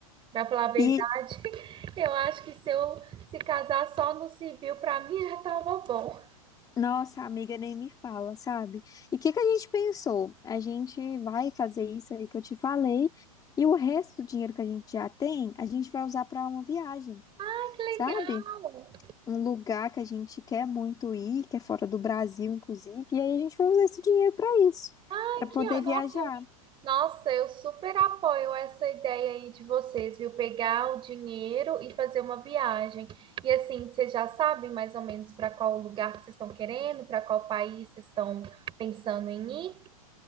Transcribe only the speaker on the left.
e
nossa, a amiga nem me fala, sabe? E o que que a gente pensou? A gente vai fazer isso aí que eu te falei, e o resto do dinheiro que a gente já tem, a gente vai usar para uma viagem,
sabe?
Um lugar que a gente quer muito ir, que é fora do Brasil, inclusive, e aí a gente vai usar esse dinheiro para isso,
para poder
viajar.